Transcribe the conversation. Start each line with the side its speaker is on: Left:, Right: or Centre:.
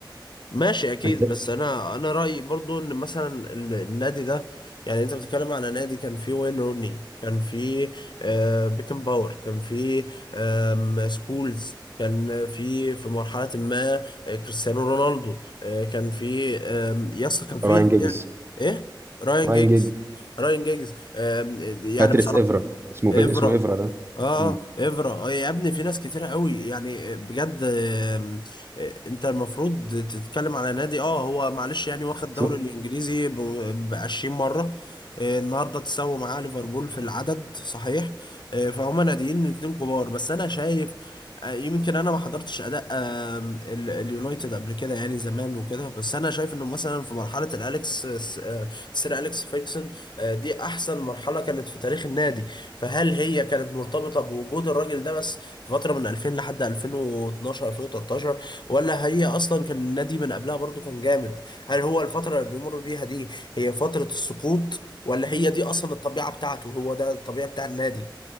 Left: ماشي اكيد
Right: انت
Left: بس انا انا رايي برضو ان مثلا ال- النادي ده يعني انت بتتكلم على نادي كان فيه وين روني كان فيه آه بيكن باور كان فيه آم، سكولز كان في في مرحلة ما آه، كريستيانو رونالدو آه، كان في آم، يس كان في
Right: راين جيجز
Left: ايه راين
Right: راين
Left: جيجز
Right: جيجز
Left: راين جيجز آم، يعني
Right: باتريس
Left: بصراحة
Right: افرا اسمه
Left: افرا
Right: بي... اسمه افرا ده
Left: اه
Right: مم.
Left: افرا آه يا ابني في ناس كتيرة قوي يعني بجد آم، آه، انت المفروض تتكلم على نادي اه هو معلش يعني واخد الدوري
Right: شوف
Left: الانجليزي ب 20 مرة آه، النهارده تساوي معاه ليفربول في العدد صحيح آه، فهم ناديين اتنين كبار بس انا شايف آه، يمكن انا ما حضرتش اداء آم، ال- اليونايتد قبل كده يعني زمان وكده بس انا شايف انه مثلا في مرحله الاليكس آه، سير اليكس فيكسون آه، دي احسن مرحله كانت في تاريخ النادي فهل هي كانت مرتبطة بوجود الراجل ده بس في فترة من 2000 لحد 2012 2013 ولا هي أصلا كان النادي من قبلها برضو كان جامد هل هو الفترة اللي بيمر بيها دي هي فترة السقوط ولا هي دي أصلا الطبيعة بتاعته هو ده الطبيعة بتاع النادي